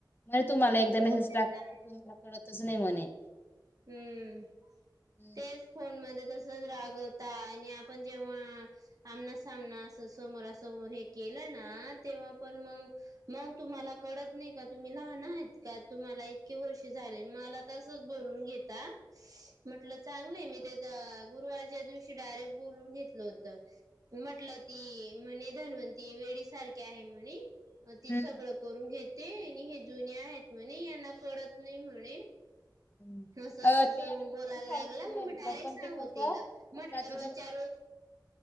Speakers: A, on the left; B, on the right.
A: म्हण तुम्हाला एकदा
B: हो
A: मेसेज
B: त्यांचा
A: टाक क तुमला कळतच नाही म्हणे.
B: हम्म
A: हम्म
B: तेच फोन मध्ये तस त रागवता आणि आपण जेव्हा आमना सामना असं समोरासमोर हे केलं ना तेव्हा पण मग मग तुम्हाला कळत नाही का तुम्ही लहान आहेत का तुम्हाला इतके वर्षे झाले मला तसच बोल <unintelligible> घेता. म्हटलं चांगलंय, मी तेज गुरुवारच्या दिवशी डायरेक्ट बोलवून घेतलं होत. म्हटलं ती, म्हणे धनवंती वेडी सारखे आहे म्हणे मग ती
A: हम्म
B: सगळं करून घेते, आणि हे जुने आहेत म्हणे, यांना कळत नाही म्हणे.
A: <unintelligible>
B: असं
A: ते
B: तसं मग बोलायला
A: पण
B: लागला मग मी डायरेक्ट सांगून
A: कस
B: दिलं म्हटलं रोजच्या
A: <unintelligible>
B: रोज